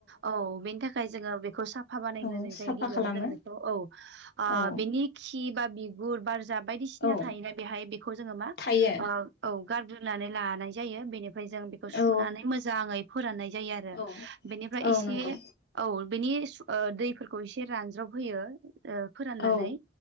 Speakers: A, on the right (about 70°); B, on the left (about 55°).
A: औ बेनि थाखाय जोंङो बेखौ साफ भाबानायनायग्रोनाय
B: औ साफा
A: जायो गिबियावनो
B: खालामो
A: जोंथ' औ ओ
B: औ
A: बेनि खि बा बिगुर बारजा बायदिसिना
B: औ
A: थायोना बेहाय बेखौ जोंङो मा
B: थायो
A: ओ औ गार नानै लानाय जायो बेनि ओमफ्राय जों बेखौ सुनानै
B: औ
A: मोजाङै फोराननाय जायो आरो
B: औ
A: बेनिफ्राय
B: औ
A: एसे
B: नंगौ
A: औ बेनि ओ दैफोरखौ एसे रानज्रब होयो। फोराननानै
B: औ